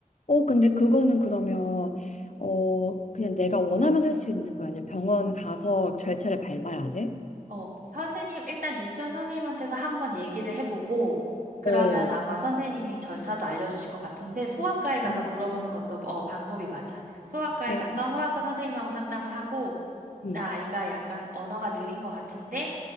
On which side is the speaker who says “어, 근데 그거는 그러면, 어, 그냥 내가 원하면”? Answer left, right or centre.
Left